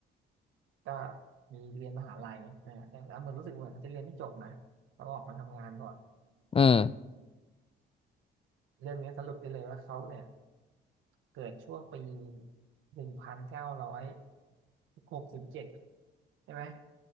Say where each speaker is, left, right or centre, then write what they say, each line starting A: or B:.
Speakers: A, on the right; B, on the left.
A: ก็มีเรียนมหาลัยนะฮะแต่เหมือนรู้สึกเหมือนเขาจะเรียนไม่จบนะเขาออกมาทำงานก่อน
B: อืม
A: เรื่องนี้สรุปได้เลยว่าเขาเนี่ย เกิดช่วงปีหนึ่งพันเก้าร้อยหกสิบเจ็ดใช่ไหม